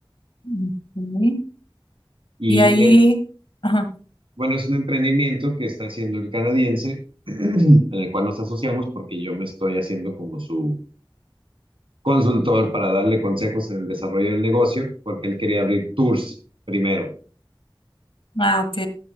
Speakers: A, on the left; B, on the right.
A: Mm, Ok.
B: Y
A: Y ahí,
B: es,
A: ajá.
B: bueno, es un emprendimiento que está haciendo el canadiense, <clears throat> en el cual nos asociamos porque yo me estoy haciendo como su consultor para darle consejos en el desarrollo del negocio, porque él quería abrir tours primero.
A: Ah, ok.